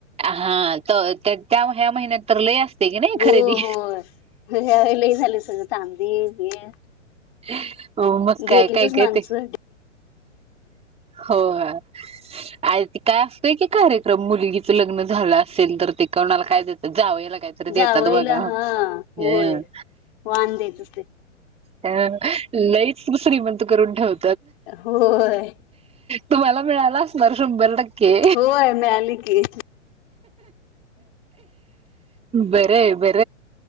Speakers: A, on the right; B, on the left.
A: हां तर त्या त्या ह्या महिन्यात तर लय असते की नाही खरेदी
B: हो होय ह्यावेळी लई झालय सगळं सगळ चांदी, हे
A: <unintelligible> हो मग
B: घेतलीतच
A: काय काय
B: माणसं.
A: काय ते. होय. आय ते काय असतय की कार्यक्रम मुलगीच लग्न झालं असेल तर ते कोणाला काय देतात जावयाला याला काहीतरी देतात
B: जावईला
A: बघा.
B: हा होय.
A: हं
B: वान द्यायच असते
A: अ लईच श्रीमंत करून ठेवाय
B: होय
A: तुम्हाला मिळाला असणार शंभर टक्के
B: होय मिळाली की.
A: बरं <unintelligible>